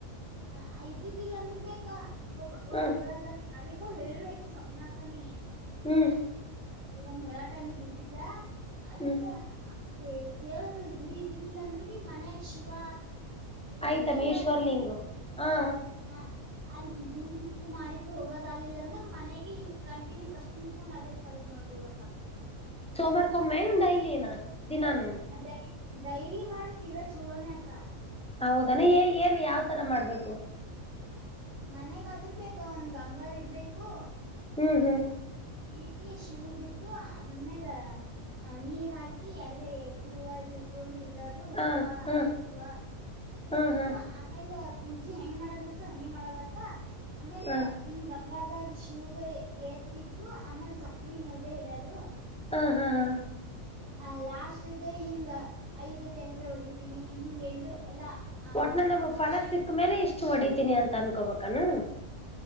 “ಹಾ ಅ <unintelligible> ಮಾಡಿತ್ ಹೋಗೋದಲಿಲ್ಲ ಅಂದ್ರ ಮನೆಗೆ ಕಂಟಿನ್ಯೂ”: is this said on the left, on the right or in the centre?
Right